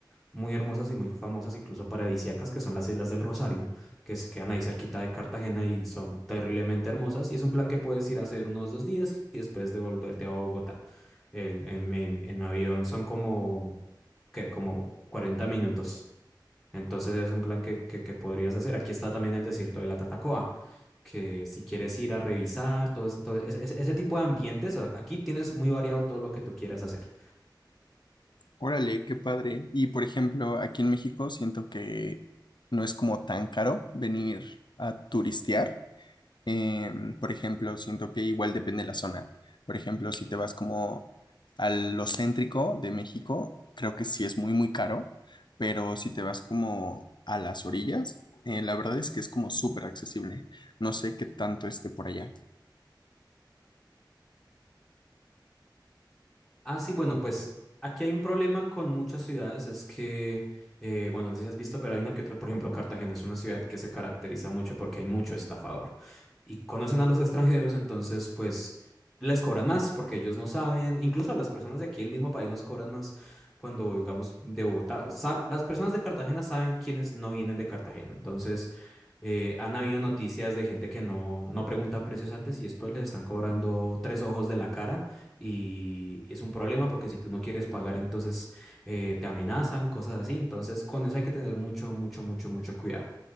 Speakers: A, in the centre; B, on the left (about 70°).
A: muy hermosas y muy famosas, incluso paradisíacas, que son las Islas del Rosario, que se quedan ahí cerquita de Cartagena y son terriblemente hermosas. Y es un plan que puedes ir a hacer unos dos días y después devolverte a Bogotá. El- en, en- en avión son como, que Como 40 minutos. Entonces es un plan que, que, que podrías hacer. Aquí está también el desierto de la Tatacoa, que si quieres ir a revisar todo, ese- todo ese, ese- ese tipo de ambientes, a- aquí tienes muy variado todo lo que tú quieras hacer.
B: Órale, qué padre. Y por ejemplo, aquí en México siento que no es como tan caro venir a turistear. Eh, por ejemplo, siento que igual depende de la zona. Por ejemplo, si te vas como a lo céntrico de México, creo que sí es muy, muy caro, pero si te vas como a las orillas, eh, la verdad es que es como súper accesible. No sé qué tanto esté por allá.
A: Ah, sí, bueno, pues aquí hay un problema con muchas ciudades, es que, eh, bueno, no sé si has visto, pero hay una que otra, por ejemplo, Cartagena es una ciudad que se caracteriza mucho porque hay mucho estafador y conocen a los extranjeros, entonces, pues, les cobran más porque ellos no saben, incluso a las personas de aquí del mismo país nos cobran más cuando, digamos, de Bogotá, o sa- las personas de Cartagena saben quiénes no vienen de Cartagena, entonces, eh, han habido noticias de gente que no, no pregunta precios antes y después les están cobrando tres ojos de la cara y es un problema porque si tú no quieres pagar, entonces eh, te amenazan, cosas así. Entonces, con eso hay que tener mucho, mucho, mucho, mucho cuidado.